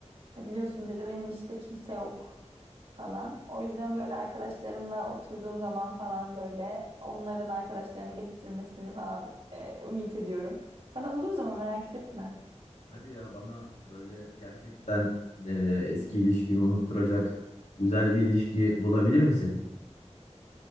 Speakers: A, on the right (about 50°); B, on the left (about 75°).
A: Ya biliyorsun bir de benim işte kimse yok falan. O yüzden böyle arkadaşlarımla oturduğum zaman falan böyle onların arkadaşlarını getirmesini falan e, ümit ediyorum. Sana buluruz ama merak etme.
B: Hadi ya bana böyle gerçekten e, eski ilişkimi unutturacak güzel bir ilişki bulabilir misin?